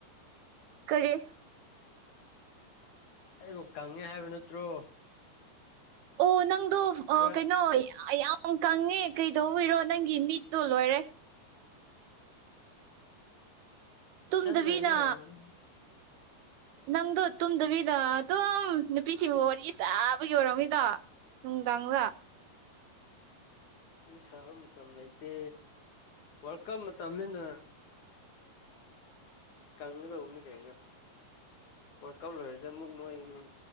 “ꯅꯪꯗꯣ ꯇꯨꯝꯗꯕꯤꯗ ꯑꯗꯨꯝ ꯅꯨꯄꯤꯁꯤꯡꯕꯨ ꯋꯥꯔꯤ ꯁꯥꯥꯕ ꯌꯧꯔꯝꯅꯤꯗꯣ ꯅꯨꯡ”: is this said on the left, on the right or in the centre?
Right